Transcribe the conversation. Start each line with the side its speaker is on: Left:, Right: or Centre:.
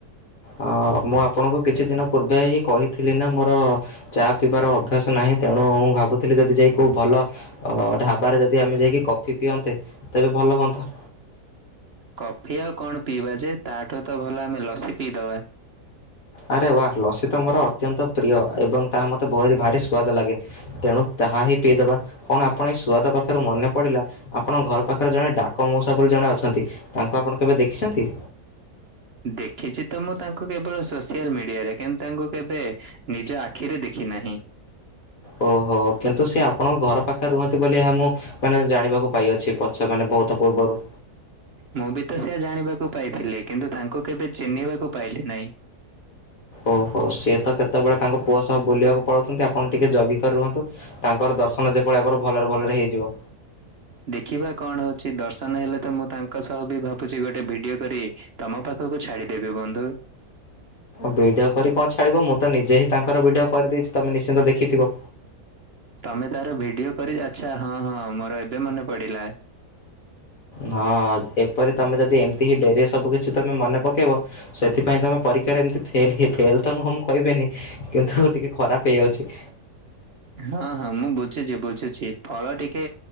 Left: ଅ ମୁଁ ଆପଣଙ୍କୁ କିଛି ଦିନ ପୂର୍ବେ ହିଁ କହିଥିଲି ନା ମୋର ଚା ପିଇବାର ଅଭ୍ୟାସ ନାହିଁ ତେଣୁ ମୁଁ ଭାବୁଥିଲି ଯଦି ଯାଇ କୋଉ ଭଲ ଅ ଢାବାରେ ଯଦି ଆମେ ଯାଇକି କଫି ପିଅନ୍ତେ ତେବେ ଭଲ ହୁଅନ୍ତା
Right: କଫି ଆଉ କଣ ପିଇବା ଯେ ତାଠୁ ତ ଭଲ ଆମେ ଲସି ପିଇଦବା।
Left: ଆରେ ୱା ଲସି ତ ମୋର ଅତ୍ୟନ୍ତ ପ୍ରିୟ ଏବଂ ତାହା ମୋତେ ଭହୁରି ଭାରି ସୁ୍ୱାଦ ଲାଗେ। ତେଣୁ ତାହା ହିଁ ପିଇଦବା, କଣ ଆପଣ ଏ ସୁଆଦ କଥାରୁ ମନେ ପଡିଲା ଆପଣଙ୍କ ଘର ପାଖରେ ଜଣେ ଡାକ ମଉସା ବୋଲି ଜଣେ ଅଛନ୍ତି ତାଙ୍କୁ ଆପଣ କେବେ ଦେଖିଛନ୍ତି?
Right: ଦେଖିଛି ତ ମୁଁ ତାଙ୍କୁ କେବଳ ସୋସିଆଲ ମିଡିଆରେ କିନ୍ତୁ ତାଙ୍କୁ କେବେ ନିଜ ଆଖିରେ ଦେଖି ନାହିଁ।
Left: ଓହୋ କିନ୍ତୁ ସେ ଆପଣଙ୍କ ଘର ପାଖରେ ରୁହନ୍ତି ବୋଲି ଏହା ମୁଁ ମାନେ ଜାଣିବାକୁ ପାଇଅଛି ପଛ ମାନେ ବହୁତ ପୂର୍ବରୁ।
Right: ମୁଁ ବି ତ ସେଆ ଜାଣିବାକୁ ପାଇଥିଲି କିନ୍ତୁ ତାଙ୍କୁ କେବେ ଚିହ୍ନିବାକୁ ପାଇଲି ନାହିଁ।
Left: ଓହୋ ସିଏ ତ କେତେବେଳେ ତାଙ୍କ ପୁଅ ସହ ବୁଲିବାକୁ ପଳାଉଛନ୍ତି ଆପଣ ଟିକିଏ ଜଗିକ ରୁହନ୍ତୁ। ତାଙ୍କର ଦର୍ଶନ ଯେପଳିଆପ ଭଲରେ ଭଲରେ ହେଇଯିବ।
Right: ଦେଖିବା କଣ ହଉଛି ଦର୍ଶନ ହେଲେ ତ ମୁଁ ତାଙ୍କ ସହ ବି ଭାବୁଛି ଗୋଟେ ଭିଡିଓ କରି ତମ ପାଖକୁ ଛାଡିଦେବି ବନ୍ଧୁ।
Left: ଭିଡିଓ କରି କଣ ଛାଡିବ ମୁଁ ତ ନିଜେ ହିଁ ତାଙ୍କର ଭିଡିଓ କରିଦେଇଛି ତମେ ନିଶ୍ଚିନ୍ତ ଦେଖିଥିବ।
Right: ତମେ ତାର ଭିଡିଓ କରି ଆଚ୍ଛା, ହଁ ହଁ ମୋର ଏବେ ମନେ ପଡିଲା।
Left: ହଁ ଏପରି ତମେ ଯଦି ଏମିତି ହିଁ ଡେରି ରେ ସବୁ କିଛି ତମେ ମନେ ପକେଇବ ସେଥିପାଇଁ ତମେ ପରୀକ୍ଷାରେ ଏମତି ଫେଲ, ଫେଲ ତ ନୁହଁ ମୁଁ କହିବେନି କିନ୍ତୁ ଟିକେ ଖରାପ ହେଇଯାଉଛି।
Right: ହଁ ହଁ ମୁଁ ବୁଝୁଛି ବୁଝୁଛି ଫଳ ଟିକେ